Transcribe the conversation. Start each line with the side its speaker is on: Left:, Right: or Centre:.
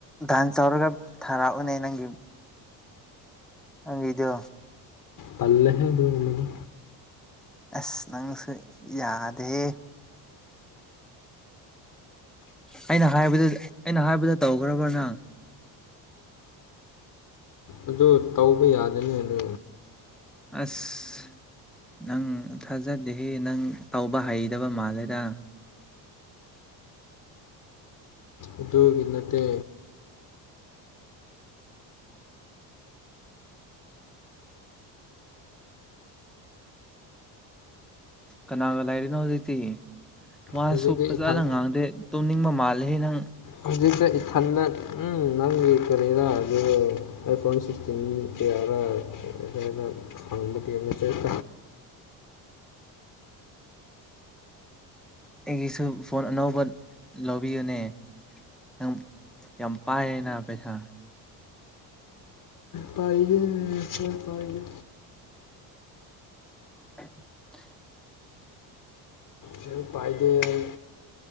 Centre: ꯗꯥꯟꯁ ꯇꯧꯔꯒ ꯊꯥꯔꯛꯎꯅꯦ ꯅꯪꯒꯤ ꯅꯪꯒꯤꯗꯣ꯫
Left: ꯇꯜꯂꯦꯍꯦ ꯑꯗꯨꯒꯨꯝꯕꯗꯤ꯫
Centre: ꯑꯁ ꯅꯪꯁꯨ ꯌꯥꯗꯦꯍꯦ꯫ ꯑꯩꯅ ꯍꯥꯏꯕꯗꯨ ꯑꯩꯅ ꯍꯥꯏꯕꯗꯨ ꯇꯧꯈ꯭ꯔꯕꯣ ꯅꯪ꯫
Left: ꯑꯗꯨ ꯇꯧꯕ ꯌꯥꯗꯦꯅꯦ ꯑꯗꯨ꯫
Centre: ꯑꯁ꯫ ꯅꯪ ꯊꯥꯖꯗꯦꯍꯦ ꯅꯪ ꯇꯧꯕ ꯍꯩꯗꯕ ꯃꯥꯜꯂꯦꯗ꯫
Left: ꯑꯗꯨꯒꯤ ꯅꯠꯇꯦ꯫
Centre: ꯀꯅꯥꯒ ꯂꯩꯔꯤꯅꯣ ꯍꯧꯖꯤꯛꯇꯤ ꯋꯥꯁꯨ
Left: ꯍꯧꯖꯤꯛꯇꯤ
Centre: ꯐꯖꯅ
Left: ꯏꯊꯟ
Centre: ꯉꯥꯡꯗꯦ꯫ ꯇꯨꯝꯅꯤꯡꯕ ꯃꯥꯜꯂꯦꯍꯦ ꯅꯪ꯫
Left: ꯍꯧꯖꯤꯛꯇ ꯏꯊꯟꯗ ꯎꯝ ꯅꯪꯒꯤ ꯀꯔꯤꯔ ꯑꯗꯨ ꯑꯥꯏ ꯐꯣꯟ ꯁꯤꯛꯁ ꯇꯤꯟ ꯀꯌꯥꯔꯥ <unintelligible> ꯈꯪꯕ ꯗꯦꯝꯁꯦ <unintelligible>
Centre: ꯑꯩꯒꯤꯁꯨ ꯐꯣꯟ ꯑꯅꯧꯕ ꯂꯧꯕꯤꯌꯨꯅꯦ꯫ ꯅꯪ ꯌꯥꯝ ꯄꯥꯏꯌꯦꯅ ꯄꯩꯁꯥ꯫
Left: ꯄꯥꯏꯗꯦ ꯑꯩꯈꯣꯏ ꯄꯥꯏꯗꯦ꯫
Centre: <inaudible>
Left: ꯁꯦꯜ ꯄꯥꯏꯗꯦ ꯑꯩ